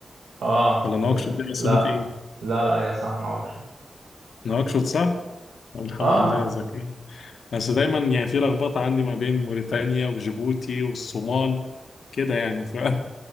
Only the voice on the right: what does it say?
اه
هي-
لا
لا لا هي صح نواكشوط
اه